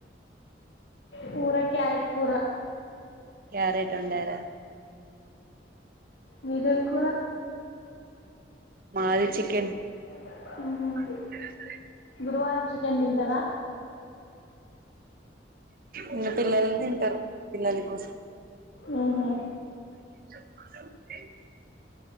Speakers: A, on the left; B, on the right.
A: కూరా క్యారెట్ కూరా
B: క్యారెట్ వండరా
A: మీదేం కూర
B: మాది చికెన్
A: హహ
B: అ
A: గురువారం చికెన్ తింటారా
B: ఇంక పిల్లలు తింటారు పిల్లల కోసం
A: అవునా
B: <inaudible>